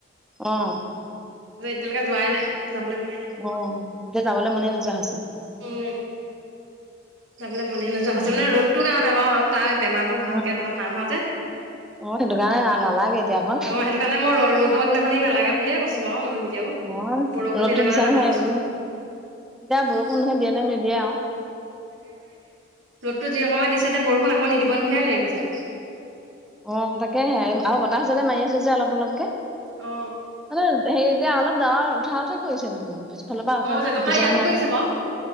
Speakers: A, in the centre; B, on the right.
A: অ'।
B: একেলগে যোৱাই নাই। যাবলৈ হোৱাই নাই
A: অ', এতিয়া, যাবলৈ মনেই নোজোৱা হৈছে।
B: উম'। যাবলৈ মনে নোযোৱা
A: উম
B: হৈছে। মানে ৰ'দটো কাৰণেই বাৰু আৰু তাইৰ বেমাৰটো ভালকে
A: উম
B: ভাল নাই হোৱা যে।
A: অ সেইটো কাৰণে নালাগে এতিয়া আকৌ
B: অ' সেইটো কাৰণে, মই ৰ-ৰ'দৰ দিনাখনেই নালাগে বুলিয়ে কৈছো বাৰু মই নিজেও।
A: মই
B: বৰষুণ
A: ৰ'দটো
B: দিলে মানে
A: দিছা
B: যাবলৈ
A: নহয়
B: কৈছো
A: একদিন, এতিয়া
B: উম
A: বৰষুণহে দিয়ে নে নিদিয়ে আৰু।
B: টো যি অকমান দিছে, যে বৰষুণ আকৌ নিদিব নিহে লাগি গৈছে।
A: অ, তাকে হে আৰু বতাহজাতে মাৰি আছে যে অলপ অলপকে,
B: অ
A: মানে সেই এতিয়া, অলপ ডাৱৰ উঠা উঠা কৰিছে দেখোন। পিছফালৰ পৰা উঠা
B: অ'
A: নাই
B: তেনেকুৱা
A: উঠিছে
B: ইয়াতো
A: নে নাই
B: কৰিছে বাৰু।